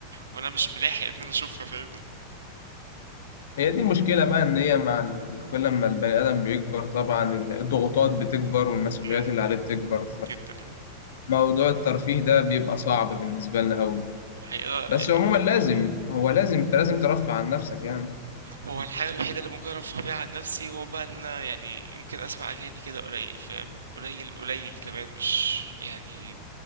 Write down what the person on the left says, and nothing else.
هي دي المشكله بقى ان هي مع ال- كل ما البني ادم بيكبر طبعا الضغوطات بتكبر والمسؤوليات
اللي عليه بتكبر
فموضوع الترفيه ده بيبقى صعب بالنسبه لنا قوي
بس
عموما لازم هو لازم انت لازم ترفع عن نفسك يعني